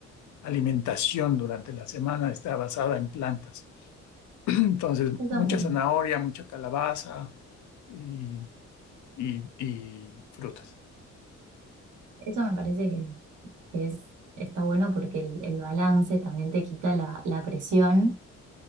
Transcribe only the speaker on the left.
alimentación durante la semana está basada en plantas. <clears throat> Entonces,
mucha
zanahoria, mucha calabaza y, y- y frutas.